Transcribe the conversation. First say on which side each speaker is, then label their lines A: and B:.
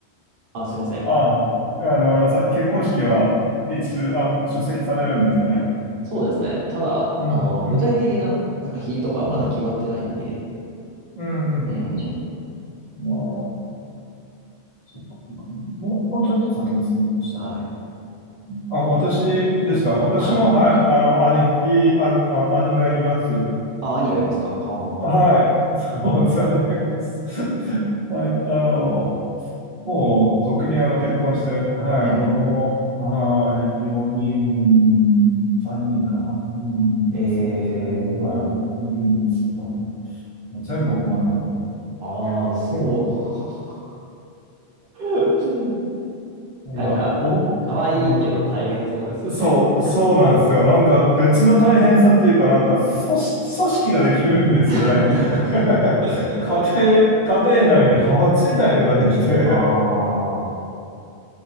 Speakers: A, on the right; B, on the left.
A: あ、すいません。
B: あー、あの、ごめんなさい。結婚式はいつ、あの、出席されるんですよね。
A: そうですね。ただ、
B: うん、
A: あの、
B: うん、
A: 具体的な、なんか日とかはまだ決まってないんで、
B: うん、うん、うん。
A: うん、
B: まあ、そっかそっかもう、もうちょっと先ですね。そしたら。
A: はい、
B: あ、私ですか。私も、
A: はい。
B: はい、あの、兄貴、あ、あ、兄がいます。
A: あ、兄がいますか。はあ、は
B: はい、<laughs> そう、そう、兄がいます。<laughs> はい、あの、もう、特にあの、結婚して、はい、
A: あ、はい。
B: 子供も、はい、4人、3人かな。うん、
A: えー、
B: そうですね。はい、いるんですけど、全部女の子で。<laughs>
A: ああ、すご
B: うん
A: っ。<laughs> うん
B: なんか、
A: なんか、
B: お、
A: 可愛いけど大変そうですよね。
B: うんそう、そうなんですよ。なんか別の大変さっていうか、なんか組織、組織ができるんですよね。
A: <laughs>
B: <laughs> 家庭、家庭内で派閥みたいのができて、
A: ああ、